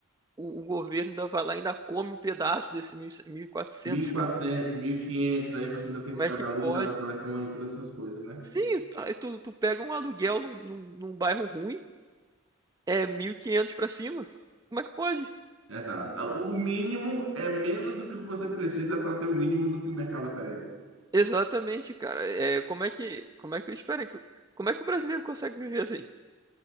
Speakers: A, on the right; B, on the right.
A: o, o governo ainda vai lá e ainda come um pedaço desse mil e quatrocentos
B: 1.400,
A: cara.
B: quinhentos, aí você ainda tem
A: Como
B: que pagar
A: é que
B: luz,
A: pode?
B: água, telefone, todas essas coisas, né?
A: Sim, tu, tu tu pega um aluguel num, num, num bairro ruim, é 1.500 pra cima. Como é que pode?
B: Exato. Ah, O mínimo é menos do que o que você precisa para ter o mínimo do que o mercado oferece.
A: Exatamente, cara. É, como é que, como é que, espera, que- como é que o brasileiro consegue viver assim?